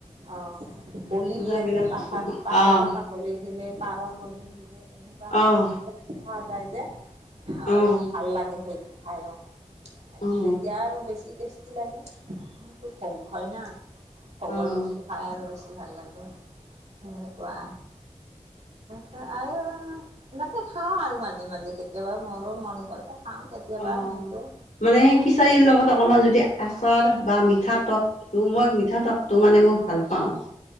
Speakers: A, on the right; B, on the left.
A: অ'! বলি
B: পূজাবিলাক
A: দিয়ে যে, পাঠা, পাঠা-
B: অঁ
A: চাঠা। বলি দিলে, পাৰ বলি দিলে, এনেকুৱাকৈ
B: অঁ
A: <unintelligible> ওলাই যে!
B: অঁ
A: অলপ ভাল লাগে সেইটো। খায় অ'!
B: অঁ
A: তেতিয়া আৰু বেছি টেষ্টি লাগে। <unintelligible> হয় না? খবৰ
B: অঁ
A: ল'বাচোন? খাই আৰু বেছি ভাল লাগে সেনেকুৱা। ত আও এনেকে খাওঁ আৰু মাজে মাজে কেতিয়- কেতিয়াবা মোৰো মন গ'লে খাওঁ কেতিয়াবা
B: অঁ
A: সেনেকৈ।
B: মানে খিচাৰীৰ লগত অকমান যদি আচৰ বা মিঠা টপ টো মই পিঠা টপটো মানে মই ভাল পাওঁ।